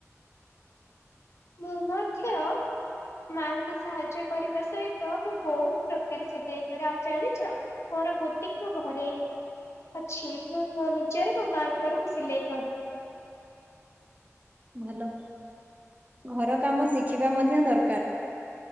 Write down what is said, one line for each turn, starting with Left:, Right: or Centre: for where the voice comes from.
Left: ମୁଁ ମଛଅ ମାଆଙ୍କୁ ସାହାଯ୍ୟ କରିବା ସହିତ ମୁଁ ବହୁତ ପ୍ରକାର ସିଲେଇ କରେ ଆଉ ଜାଣିଛ? ମୋର ବୋଟିକ ନୁ ଘରେ ଅଛି ମୁଁ ମୋ ନିଜର ମୋ ମାଆ ଙ୍କର ମୁଁ ସିଲେଇ କରେ
Right: ଭଲ ଘର କାମ ଶିଖିବା ମଧ୍ୟ ଦରକାର।